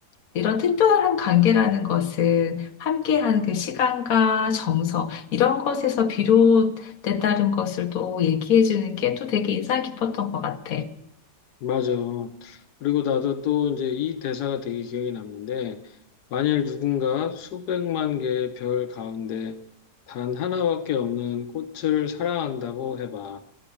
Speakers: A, on the left; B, on the left.
A: 이런 특별한 관계라는 것은 함께하는 그 시간과 정성, 이런 것에서 비롯됐다는 것을 또 얘기해 주는 게 또 되게 인상 깊었던 것 같아.
B: 맞아. 그리고 나도 또 이제 이 대사가 되게 기억에 남는데, 만일 누군가 수백만 개의 별 가운데 단 하나밖에 없는 꽃을 사랑한다고 해봐.